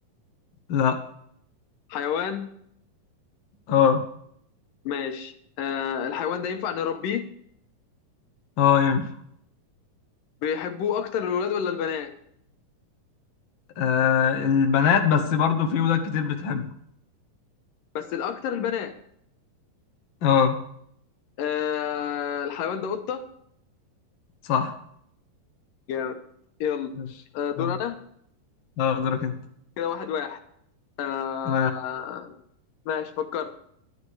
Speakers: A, on the left (about 55°); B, on the left (about 75°).
A: لا
B: حيوان
A: اه
B: ماشي آه الحيوان ده ينفع نربيه
A: اه ينفع
B: بيحبوه اكتر الولاد ولا البنات
A: آه البنات بس برضو في ولاد كتير بتحبه
B: بس الاكتر البنات
A: اه
B: آه الحيوان ده قطه
A: صح
B: جامد يلا
A: ماشي
B: آه، دور
A: اه
B: انا
A: اه دورك انت
B: كده واحد واحد آه
A: تمام
B: ماشي فكرت